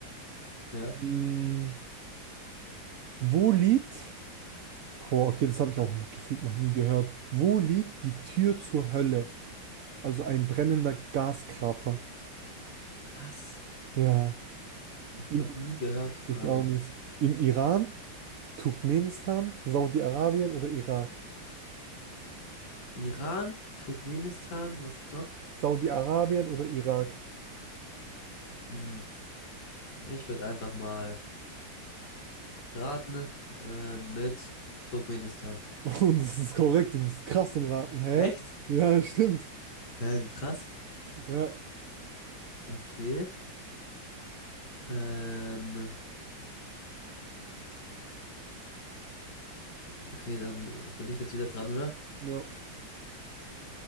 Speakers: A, on the left; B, on the right.
A: Ja.
B: Hm, wo liegt, boah, okay, das habe ich auch noch gefühlt noch nie gehört. Wo liegt die Tür zur Hölle? Also ein brennender Gaskrater.
A: Was?
B: Ja,
A: Habe ich
B: im,
A: noch nie gehört, die Frage.
B: ich auch nicht. Im Iran? Turkmenistan, Saudi-Arabien oder Irak?
A: Iran, Turkmenistan, was gibt's noch?
B: Saudi-Arabien oder Irak?
A: Hm, ich würde einfach mal raten, äh, mit Turkmenistan.
B: <laughs> Und das ist korrekt, du bist krass im Raten, hä?
A: Echt?
B: Ja, stimmt.
A: Hä, wie krass.
B: Ja,
A: Okay. Ähm, okay, dann äh, bin ich jetzt wieder dran, oder?
B: ja.